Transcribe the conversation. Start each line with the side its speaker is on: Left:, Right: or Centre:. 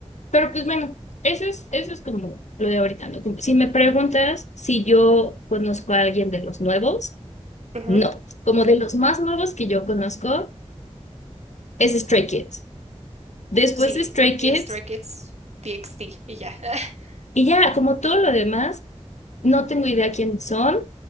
Left: pero pues bueno, eso es, eso es como lo de ahorita, ¿no? Como Si me preguntas si yo conozco a alguien de los nuevos,
Right: Ujú.
Left: no. Como de los más nuevos que yo conozco es Stray Kids. Después
Right: Sí,
Left: Stray Kids
Right: The Stray Kids, TXT y ya. <laughs>
Left: y ya, como todo lo demás. no tengo idea quiénes son